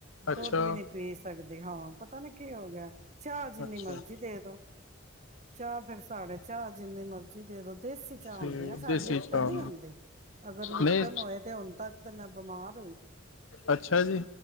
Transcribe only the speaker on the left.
ਅੱਛਾ
ਅੱਛਾ
ਠੀਕ
ਦੇਸੀ
ਚਾਹ
ਨਹੀਂ
ਅੱਛਾ ਜੀ